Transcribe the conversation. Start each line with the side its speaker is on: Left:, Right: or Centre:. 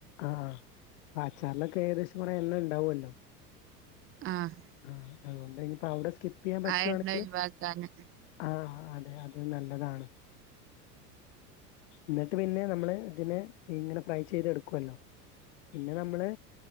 Left: ആഹ് അച്ചാർലൊക്കെ ഏകദേശം കൊറെ എണ്ണണ്ടാ വൊല്ലോ.
Right: ആഹ്
Left: ആഹ് അതോണ്ടയ്ന്പ്പൊ അവ്ടെ സ്കിപ്പെയ്യാൻ പറ്റോണെങ്കില്
Right: ആ ആ എണ്ണ ഒഴിവാക്കാന്
Left: ആഹ് ആഹ് അതെ അത് നല്ലതാണ്. ന്ന്ട്ട് പിന്നെ നമ്മള് തിനെ ഇങ്ങനെ ഫ്രൈ ചെയ്ത് എടുക്കുവല്ലോ പിന്നെ നമ്മള്